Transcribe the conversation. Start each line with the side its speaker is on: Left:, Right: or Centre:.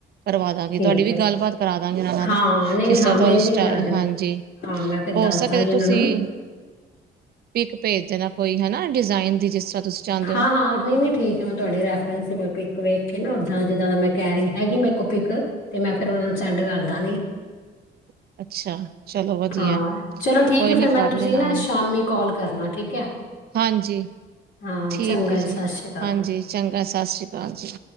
Right: ਕਰਵਾ ਦਾਂਗੀ,
Left: ਠੀਕ
Right: ਤੁਹਾਡੀ ਵੀ
Left: ਹੈ
Right: ਗੱਲਬਾਤ ਕਰਾ ਦਾਂਗੀ ਊਨਾ ਨਾਲ,
Left: ਹਾਂ ਨਹੀਂ
Right: ਜਿਸ
Left: ਨਹੀਂ ਹਾਂ
Right: ਤਰ੍ਹਾਂ ਤੁਹ
Left: ਮੇਰੀ
Right: ਸਟ
Left: ਵੀ ਕਰਾ ਦੇਣਾ
Right: ਹਾਂਜੀ।
Left: ਹਾਂ ਮੈਂ ਫਿਰ
Right: ਹੋ
Left: ਦੱਸ
Right: ਸਕੇ
Left: ਦਾਂਗੀ
Right: ਤੇ
Left: ਉਹਨਾਂ
Right: ਤੁਸੀਂ
Left: ਨੂੰ
Right: ਪਿਕ ਭੇਜ ਦੇਣਾ ਕੋਈ ਹਨਾ ਡਿਜ਼ਾਇਨ ਦੀ ਜਿਸ ਤਰ੍ਹਾਂ ਤੁਸੀਂ ਚਾਹੁੰਦੇ ਹੋ
Left: ਹਾਂ ਹਾਂ ਨਹੀ ਨਹੀ ਠੀਕ ਜਿਵੇ ਤੁਹਾਡੀ ਰੈਫਰਸ ਕੋਈ ਪਿਕ ਵੇਖ ਕੇ ਨਾ ਉਦਾਂ ਜਿੱਦਾਂ ਦਾ ਮੈਂ ਕਹਿ ਰਹੀ ਹੈਗੀ ਮੇ ਕੋ ਪਿਕ ਤੇ ਮੈਂ ਫਿਰ ਉਹਨਾਂ ਨੂੰ ਸੈਂਡ ਕਰ ਦਾਂਗੀ।
Right: <inaudible> ਅੱਛਾ ਚਲੋ ਵਧੀਆ
Left: ਹਾਂ ਚਲੋ ਠੀਕ
Right: ਕੋਈ
Left: ਹੈ
Right: ਨੀ
Left: ਫਿਰ ਮੈਨੂੰ
Right: ਕਰ
Left: ਤੁਸੀਂ
Right: ਲੈ ਨਾਲ
Left: ਨਾ ਸ਼ਾਮੀ ਕਾਲ ਕਰਨਾ ਠੀਕ ਹੈ
Right: ਹਾਂਜੀ
Left: ਹਾਂ
Right: ਠੀਕ
Left: ਚੰਗਾ
Right: ਹੈ
Left: ਸਤਿ
Right: ਜੀ
Left: ਸ਼੍ਰੀ ਅਕਾਲ
Right: ਹਾਂਜੀ ਚੰਗਾ ਸਤਿ ਸ੍ਰੀ ਅਕਾਲ ਜੀ।